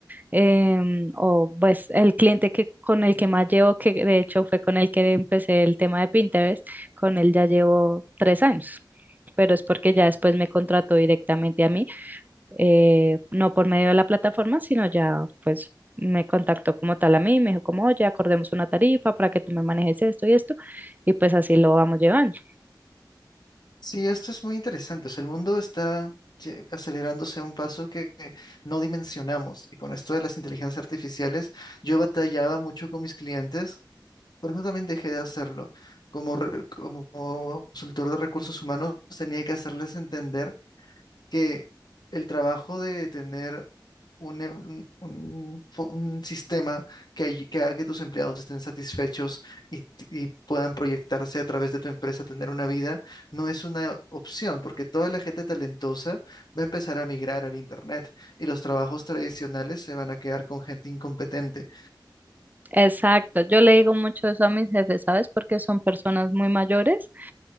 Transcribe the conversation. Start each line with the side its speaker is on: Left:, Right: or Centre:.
Right: em, o pues el cliente que, con el que más llevo, que de hecho fue con el que empecé el tema de Pinterest, con él ya llevo tres años. pero es porque ya después me contrató directamente a mí eh, no por medio de la plataforma, sino ya pues me contactó como tal a mí, me dijo como, oye, acordemos una tarifa para que tú me manejes esto y esto, y pues así lo vamos llevando.
Left: Sí, esto es muy interesante. O sea, el mundo está lle- acelerándose a un paso que que no dimensionamos. Y con esto de las inteligencias artificiales, yo batallaba mucho con mis clientes Por eso también dejé de hacerlo. Como, re- como consultor de recursos humanos, tenía que hacerles entender que el trabajo de tener un, em- un- fo- un sistema que, ay- que haga que tus empleados estén satisfechos y, t- y puedan proyectarse a través de tu empresa, tener una vida, no es una opción, porque toda la gente talentosa va a empezar a migrar al Internet y los trabajos tradicionales se van a quedar con gente incompetente.
Right: Exacto, yo le digo mucho eso a mis jefes, ¿sabes? Porque son personas muy mayores